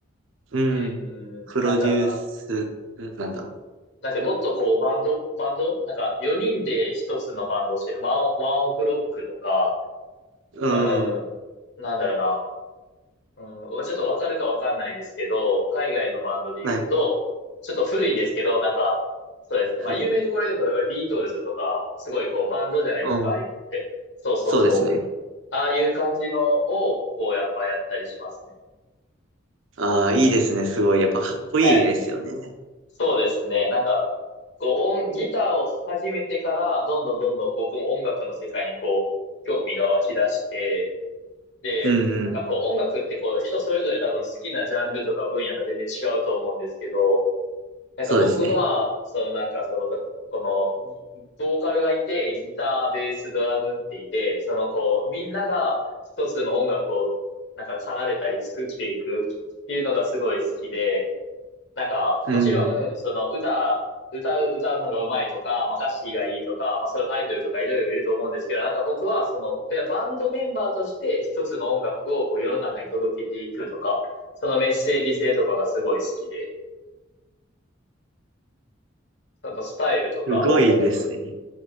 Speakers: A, on the right (about 75°); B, on the left (about 60°).
A: うん。
B: うん、
A: プロデュース、
B: なんだろうな。
A: んなんだろ
B: だってもっとこう、バンド、バンドなんか4人で一つのバンドをして、ワン、ワンオクロックとか、
A: う。うん。
B: うん、なんだろうな。うん、ちょっとわかるかわかんないですけど、海外のバンドで言うと、
A: はい。
B: ちょっと古いですけど、なんか、そうですね。
A: はい。
B: まあ、有名でこれで言うと、例えばビートルズとか、すごいこう、バンドじゃないですか、
A: うん。
B: ああいうのって。そうそうそう。
A: そうですね。
B: ああいう感じのを、こう、やっぱやったりしますね。
A: ああ、いいですね。すごい。やっぱかっこいいですよね。
B: はい。そうですね。なんか、こう、音、ギターを始めてから、どんどんどんどん僕も音楽の世界にこう、興味が湧き出して、で、
A: うんうん。
B: なんかこう、音楽ってこう、人それぞれ多分好きなジャンルとか分野が全然違うと思うんですけど、なんか僕は、
A: そうですね。
B: そのなんかその、たこの、ギボーカルがいて、ギター、ベース、ドラムっていて、そのこう、みんなが一つの音楽をなんか奏でたり作っていくっていうのがすごい好きで、なんか、
A: うん
B: もちろん、その歌、歌う、歌うのが上手いとか、まあ、歌詞がいいとか、まあ、そういうアイドルとかいろいろいると思うんですけど、なんか僕はその、で、バンドメンバーとして一つの音楽をこう世の中に届けていくとか、そのメッセージ性とかがすごい好きで、そのスタイルとか、
A: すごいですね。
B: 音楽の、